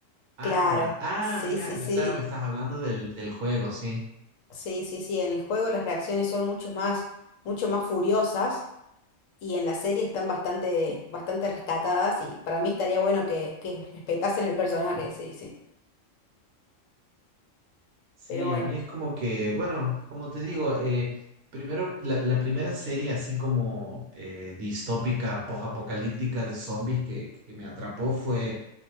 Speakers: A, on the right; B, on the left.
A: Ah,
B: claro,
A: ah,
B: sí,
A: mira,
B: sí, sí,
A: claro, me estás hablando del, del juego, sí.
B: sí, sí, sí, en el juego las reacciones son mucho más, mucho más furiosas y en la serie están bastante, bastante rescatadas y para mí estaría bueno que, que respetasen el personaje, sí, sí.
A: Sí,
B: Pero bueno,
A: a mí es como que, bueno, como te digo, eh, primero, la, la primera serie así como eh, distópica, post-apocalíptica de zombies que, que me atrapó fue